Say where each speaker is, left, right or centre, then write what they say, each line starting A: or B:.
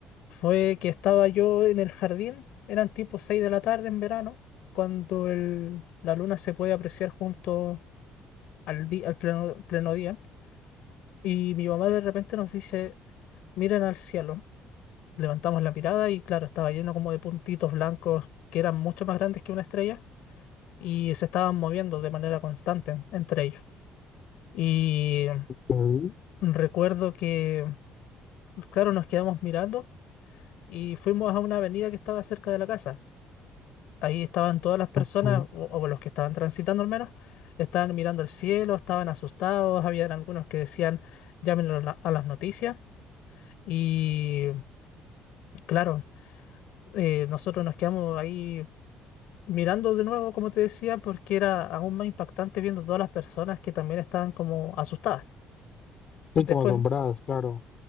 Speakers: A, on the left (about 75°); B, on the left (about 45°).
A: fue que estaba yo en el jardín, eran tipo 6 de la tarde en verano, cuando el- la luna se puede apreciar junto al, di- al pleno, pleno día, y mi mamá de repente nos dice, miren al cielo, levantamos la mirada y claro, estaba lleno como de puntitos blancos que eran mucho más grandes que una estrella y se estaban moviendo de manera constante entre ellos. Y
B: Ujú,
A: recuerdo que, claro, nos quedamos mirando. y fuimos a una avenida que estaba cerca de la casa. Ahí estaban todas las personas,
B: ujú.
A: o, o los que estaban transitando al menos, estaban mirando el cielo, estaban asustados, había algunos que decían, llámenlo a, la- a las noticias. Y claro, eh, nosotros nos quedamos ahí mirando de nuevo, como te decía, porque era aún más impactante viendo todas las personas que también estaban como asustadas.
B: Sí,
A: Después,
B: como asombradas, claro.